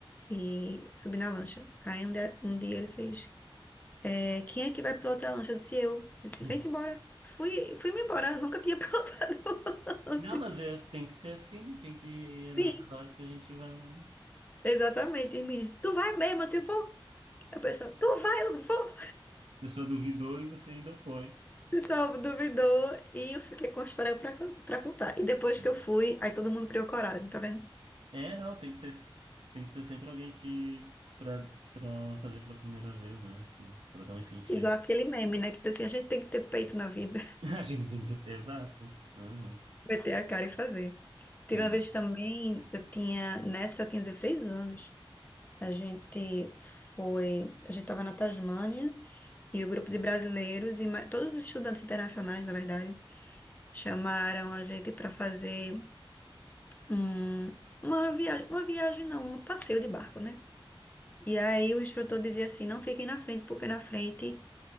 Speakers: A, on the left; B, on the right.
A: e subir na lancha. Aí um dia, um dia ele fez, é, quem é que vai pilotar a lancha? Eu disse, eu. Ele disse,
B: <laughs>
A: vem-te embora. Fui, fui-me embora, eu nunca tinha <laughs> pilotado antes.
B: Não, mas é, tem que ser assim, tem que é
A: Sim,
B: nessas horas que a gente vai.
A: exatamente, os meninos, tu vai mesmo? Eu disse, vou. A pessoa, tu vai, eu vou.
B: A pessoa duvidou e você ainda foi.
A: O pessoal duvidou e eu fiquei com a história pra, con- pra contar. E depois
B: Sim.
A: que eu fui, aí todo mundo criou coragem, tá vendo?
B: É, não, tem que ter, tem que ter sempre alguém que para para fazer pela primeira vez, né? Assim, para dar um incentivo.
A: Igual aquele meme, né? Que diz assim, a gente tem que ter peito na vida,
B: <laughs> A gente tem que ter, exato. Aham.
A: <laughs> meter a cara e fazer.
B: Sim,
A: Teve uma vez também, eu tinha, nessa eu tinha 16 anos. A gente foi, a gente estava na Tasmânia e o grupo de brasileiros e ma- todos os estudantes internacionais, na verdade, chamaram a gente para fazer um, uma viagem, uma viagem não, um passeio de barco, né? E aí o instrutor dizia assim, não fiquem na frente, porque na frente